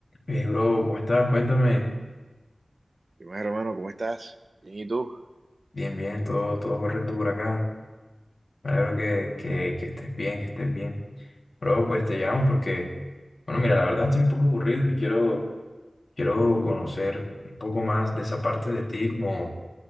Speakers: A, on the left; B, on the right.
A: Hey, bro, ¿cómo estás? Cuéntame.
B: Y más, hermano, ¿cómo estás? Bien, ¿y tú?
A: Bien, bien, todo, todo correcto por acá. Me alegro que, que, que estés bien, que estés bien. Bro, pues te llamo porque, bueno, mira, la verdad estoy un poco aburrido y quiero, quiero conocer un poco más de esa parte de ti, como